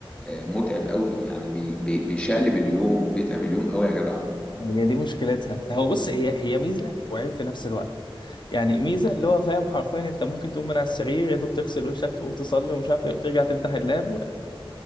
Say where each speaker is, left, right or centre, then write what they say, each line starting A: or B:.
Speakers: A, on the left; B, on the left.
A: آه، متعب قوي يعني بي- بي- بيشقلب اليوم وبيتعب اليوم قوي يا جدع
B: هي دي مشكلتها هو بص هي هي ميزة وعيب في نفس الوقت يعني ميزه اللي هو فاهم حرفيا انت ممكن تقوم من على السرير يا دوب تغسل وشك تقوم تصلي ومش عارف ايه وترجع تفتح اللاب و-